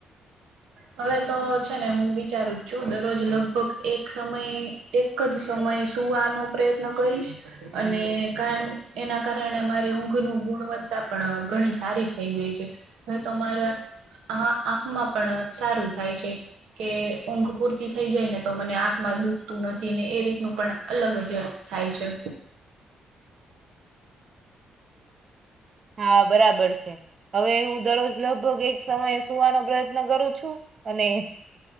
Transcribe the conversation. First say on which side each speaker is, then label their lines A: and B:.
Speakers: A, on the right (about 70°); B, on the right (about 50°).
A: હવે તો છે ને હું વિચારું જ છું દરરોજ લગભગ એક સમય એક જ સમયે સુવાનો પ્રયત્ન કરીશ. અને કાર એના કારણે મારી ઊંઘ નુ ગુણવત્તા પણ ઘણી સારી થઈ ગઈ છે. હવે તો મારા આ આંખમાં પણ સારું થાય છે. કે ઊંઘ પૂરતી થઈ જાય ને તો મને આંખમાં દુખતું નથી ને એ રીતનું પણ અલગ જ થાય છે.
B: હા બરાબર છે, હવે હું દરરોજ લગભગ એક સમયે સુવાનો પ્રયત્ન કરું છું અને